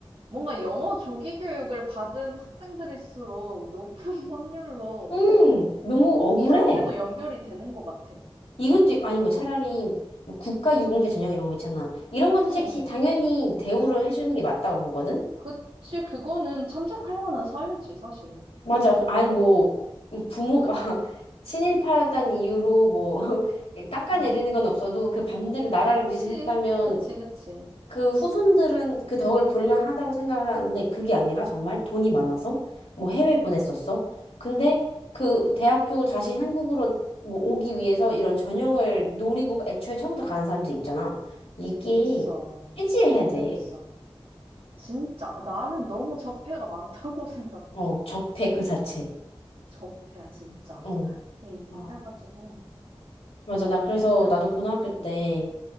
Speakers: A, on the right (about 70°); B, on the left (about 85°).
A: 뭔가 영어 조기 교육을 받은 학생들일수록 높은 <laughs> 확률로
B: 음 너무 억울해.
A: 이렇게도 연결이 되는 것 같아.
B: 이것도 있- 아니 뭐 차라리 뭐 국가 유공자 전형 이런 거 있잖아. 이런 건 솔직히
A: 응, 응.
B: 당연히 대우를 해주는 게 맞다고 보거든.
A: 그치, 그거는 참작할 만한 사유지, 사실은.
B: 맞아. 그- 아니, 뭐, 뭐 부모가 <laughs> 친일파였다는 이유로 뭐, <laughs> 깎아내리는
A: <laughs>
B: 건 없어도 그 반대로 나라를
A: 그치,
B: 위해서 했다면
A: 그치, 그치.
B: 그 후손들은 그 덕을 볼만하다고 생각을 하는데 그게 아니라 정말
A: 응,
B: 돈이 많아서 뭐 해외 보냈었어. 근데 그
A: 응.
B: 대학교 다시 한국으로 뭐 오기 위해서 이런 전형을 노리고 애초에 처음부터 가는 사람들 있잖아. 이게
A: 있어.
B: 해지해야
A: 분명히
B: 돼.
A: 있어. 진짜. 나는 너무 적폐가 많다고 <laughs> 생각해.
B: 어, 적폐 그 자체.
A: 적폐야, 진짜.
B: 어.
A: 네, 이래가지고,
B: 아, 맞아. 나 그래서
A: 다 큰.
B: 나도 고등학교
A: 응,
B: 때